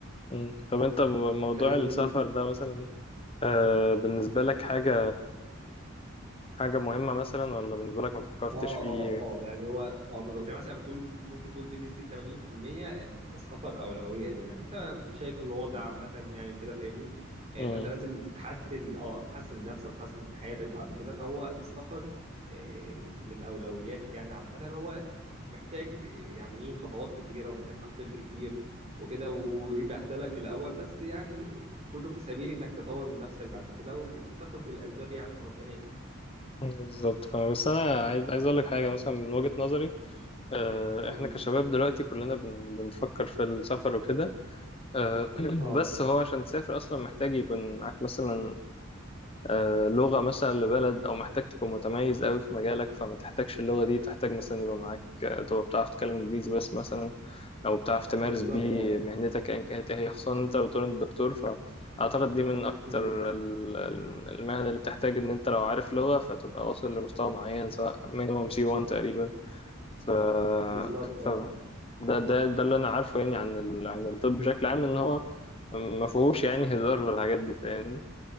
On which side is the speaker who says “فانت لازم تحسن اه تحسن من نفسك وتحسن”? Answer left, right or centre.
Right